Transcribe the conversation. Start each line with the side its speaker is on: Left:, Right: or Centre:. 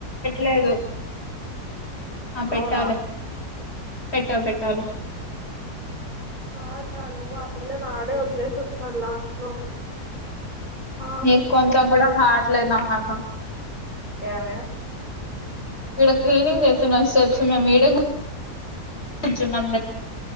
Left: లేదు ఆ పెట్టాలే
Right: అవునా
Left: పెట్టా పెట్టాలే
Right: కాదు నాను ఆ పిల్ల నా ఆడే వద్లేసి వస్తాాడు లాస్ట్ లో పాపం
Left: నీకు కొంచెం కూడా హార్ట్ లేదు నాన్న అక్క
Right: యావె
Left: ఇక్కడ క్లీనింగ్ చేస్తున్నారు స్టెప్స్ మేము ఈడే కూర్చున్నాం